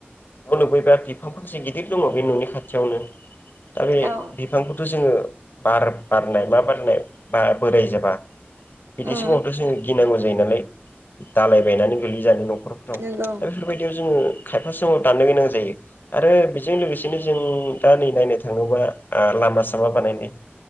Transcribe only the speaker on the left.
मुलुग बिबार बिफां फांसे गिदिर दङ। बे न'नि खाथियावनो दा बे
बिफ फांखौथ' जोङो बार बारनाय मा बारनाय बा बोराय जाबा। बिदि
समावथ' जों गिनांगौ जायो नालाय दालाय बायनानै गोलै जानो न' खरफोराव
दा बेफोरबायदियाव जोङो खायफा समाव दाननो गोनां जायो। आरो बेजों लोगोसेनो जों दा नै नायनो थाङोबा आ लामा सामा बानायनाय।